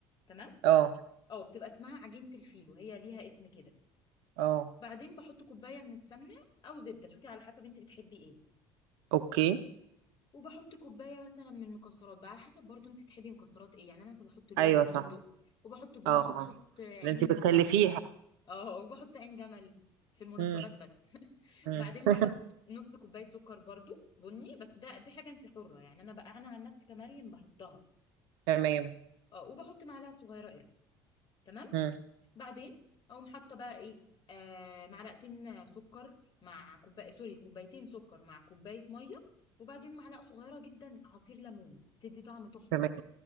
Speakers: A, on the left (about 40°); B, on the right (about 65°).
A: تمام
B: اه
A: اه بتبقى اسمها عجينه الفيلو هي ليها اسم كده
B: اه
A: بعدين بحط كوبايه من السمنه او زبده شوفي على حسب انت بتحبي ايه
B: اوكي
A: وبحط كوبايه مثلا من مكسرات بقى على حسب برضو انت تحبي مكسرات ايه يعني انا مثلا بحط لوز
B: ايوه
A: وبندق
B: صح
A: وبحط جوز
B: اه آه.
A: وبحط عين
B: ده انت بتكلفيها
A: اه وبحط عين جمل في المناسبات
B: امم
A: بس <laughs>
B: امم
A: بعدين
B: <laughs>
A: بحط نص كوبايه سكر برضو بني بس ده دي حاجه انت حره يعني انا بقى انا عن نفسي كمريم بحطها
B: تمام
A: اه وبحط معلقه صغيره قرفه تمام
B: امم
A: بعدين اقوم حاطه بقى ايه آه معلقتين سكر مع كوبايه سوري كوبايتين سكر مع كوبايه ميه وبعدين معلقه صغيره جدا عصير ليمون بتدي طعم تحفه
B: تمام